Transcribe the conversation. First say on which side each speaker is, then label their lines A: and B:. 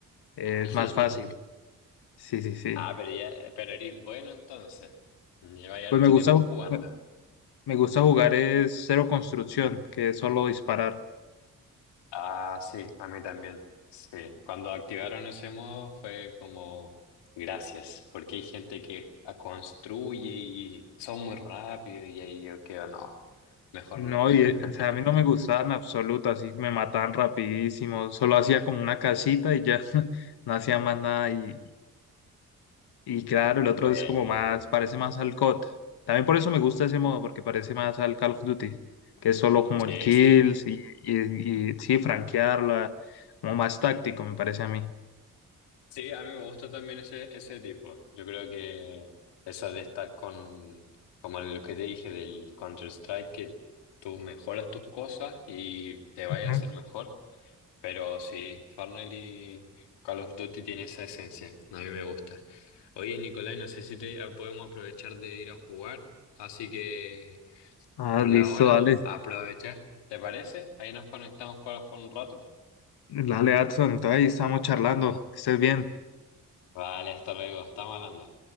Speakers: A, on the left (about 65°); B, on the left (about 85°).
A: eh,
B: <laughs>
A: es más fácil. Sí, sí, sí.
B: Ah, pero ya, pero eres bueno entonces. Lleva ya
A: Pues
B: harto
A: me gusta,
B: tiempo jugando.
A: me me gusta jugar es cero construcción, que es solo disparar.
B: Ah, sí, a mí también. Sí, cuando activaron ese modo fue como gracias, porque hay gente que a- construye y son muy rápido y ahí yo quedo, no, mejor
A: No,
B: no.
A: y, eh,
B: <laughs>
A: o sea, a mí no me gustaban en absoluto, así me mataban rapidísimo, solo hacía como una casita y ya <laughs> no hacía más nada y, y claro, el otro
B: Bueno,
A: es como más, parece más al COD. También por eso me gusta ese modo, porque parece más al Call of Duty, que es solo como
B: sí,
A: el kills
B: sí.
A: y, y, y sí, franquearla, como más táctico me parece a mí.
B: Sí, a mí me gusta también ese, ese tipo. Yo creo que eso de estar con, como lo que te dije del Counter-Strike, que tú mejoras tus cosas y te vaya
A: Ujú.
B: a hacer mejor. Pero sí, Fortnite y Call of Duty tiene esa esencia. A mí me gusta. Oye, Nicolai, no sé si te ah, podemos aprovechar de ir a jugar. Así que
A: Ah,
B: por
A: listo,
B: la hora,
A: dale,
B: aprovecha. ¿Te parece? Ahí nos conectamos para jugar un rato.
A: dale, Adson, entonces ahí estamos charlando, que estés bien.
B: Vale, hasta luego. Estamos hablando.